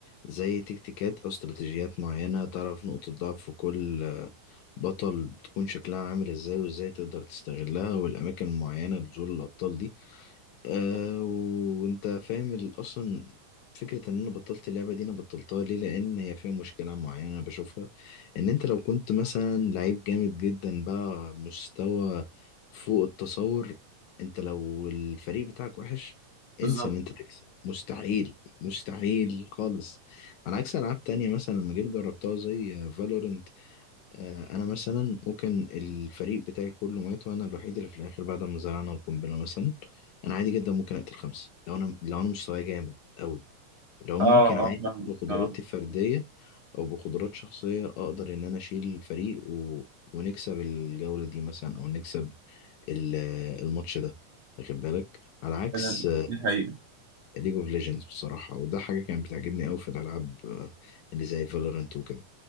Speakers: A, on the left; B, on the right.
A: زي تكتيكات او استراتيجيات معينة تعرف نقطة ضعف كل بطل بتكون شكلها عامل ازاي وازاي تقدر تستغلها والاماكن المعينة لنزول الابطال دي آه وانت فاهم ال- اصلا فكرة ان انا بطلت اللعبة دي انا بطلتها ليه لان هي فيها مشكلة معينة انا بشوفها ان انت لو كنت مثلا لعيب جامد جدا بقى مستوى فوق التصور انت لو الفريق بتاعك وحش
B: بالظبط
A: انسى ان انت تكسب مستحيل مستحيل خالص على عكس العاب تانية مثلا لما جيت جربتها زي فالورنت آه، انا مثلا ممكن الفريق بتاعي كله مات وانا الوحيد اللي في الاخر بعد ما زرعنا القنبله مثلا انا عادي جدا ممكن اقتل خمسه لو انا لو انا مستواي جامد قوي لو
B: اه
A: ممكن عادي
B: اه فاهم
A: بقدراتي
B: اه
A: الفرديه او بقدرات شخصيه اقدر ان انا اشيل الفريق و... ونكسب الجوله دي مثلا او نكسب ال- الماتش ده واخد بالك على عكس
B: أنا- دي حقيقة
A: ليج اوف ليجندز بصراحه وده حاجه كانت بتعجبني قوي في الالعاب آه، اللي زي فالورنت وكده